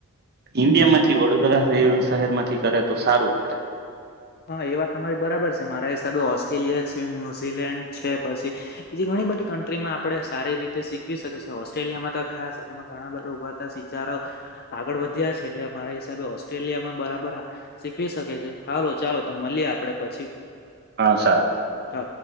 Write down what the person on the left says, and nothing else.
હા, એ વાત તમારી બરાબર છે. મારા હિસાબે ઓસ્ટ્રેલિયા છે. ન્યુઝીલેન્ડ છે, પછી બીજી ઘણી બધી કન્ટ મા આપણે સારી રીતે શીખવી શકીએએ ઓસ્ટ્રેલિયામા, તો ખાસ તેમાં ઘણા બધા ઉભ સિચારો આગળ વધ્યા છે. એટલે અમારા હિસાબે ઓસ્ટ્રેલિયામા, બરાબર શીખવી શકે છે. હાલો ચાલો, તો મળીએ આપડે પછી.
હ.